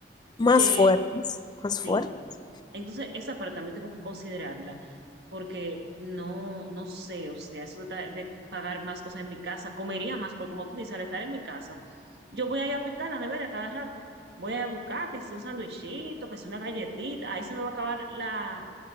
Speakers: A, on the left (about 25°); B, on the right (about 70°).
A: más
B: que
A: fuertes, más
B: sí.
A: fuertes.
B: Entonces, esa parte también tengo que considerarla, porque no, no sé, o sea, eso de, ta- de pagar más cosas en mi casa, comería más, porque como tú dices, al estar en mi casa, yo voy a ir a picar la nevera cada rato, voy a buscar que si un sandwichito, que si una galletita, ahí se me va a acabar la,